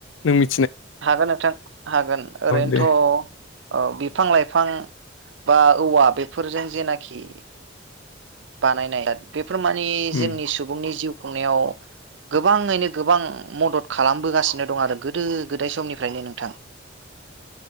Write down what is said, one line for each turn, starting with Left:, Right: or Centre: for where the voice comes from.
Left: नों मि
Right: हागोन नोंथां हागोन ओरैनोथ'
Left: दे
Right: औ बिफां लाइफां बा औवा बेफोरजों जेनाखि बानायनाय बेफोर माने जोंनि
Left: उम
Right: सुबुंनि जिउ खुंनायाव गोबाङैनो गोबां मदद खालामबोगासिनो दं आरो गोदो गोदाय समनिफ्रायनो नोंथां।
Left: <inaudible>